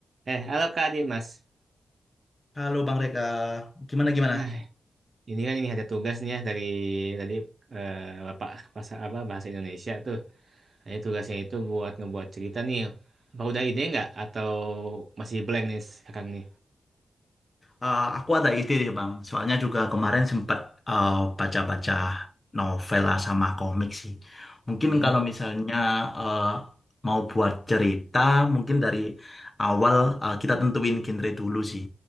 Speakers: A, on the right (about 60°); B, on the left (about 35°).
A: Eh, halo Kak Adi, Mas.
B: Halo Bang Reka, gimana gimana?
A: Nah, ini kan ini ada tugasnya dari tadi eh, Bapak bahasa apa bahasa Indonesia tuh. Ini tugasnya itu buat ngebuat cerita nih. Apa udah ide nggak atau masih blank nih sekarang nih?
B: Eh, aku ada ide nih Bang, soalnya juga kemarin sempat eh, baca-baca novel lah sama komik sih. Mungkin
A: Hmm.
B: kalau misalnya eh, mau buat cerita, mungkin dari awal eh, kita tentuin genre dulu sih.